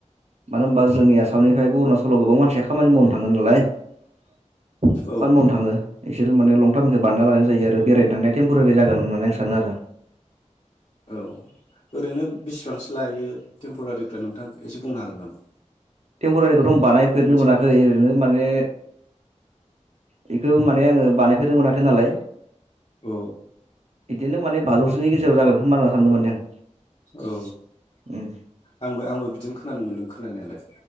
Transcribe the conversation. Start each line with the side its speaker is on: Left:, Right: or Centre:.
Right: मानो ओमबा
Left: औ
Right: जोंनि आसामनिफ्रायबो उरनासलाव गोबां मानसिया खामानि मावनो थांगोन नालाय खामानि
Left: औ
Right: मावनो थाङो बिसोरो माने लं टार्मजो बानायना लानाय जायो आरो बेरायनो थांनाया टेमपरारि जागोन होननानै आं सानो आरो
Left: औ ओरैनो बिसिबांसो लायो टेम्परारिफ्रा नोंथां एसे बुंनो हागोन नामा
Right: टेम्परारिखौथ आं बानायफेरनो
Left: मिथि
Right: मोनाखै ओरैनो माने बेखौ माने आङो बानायफेरनो मोनाखै नालाय
Left: औ
Right: इदिनो माने बाजौसोनि गेजेराव जागोन खोमा होनना सानदो माने आं
Left: औ
Right: उम
Left: आंबो आंबो बिदिनो खोनानो मोन्दों खोनानायालाय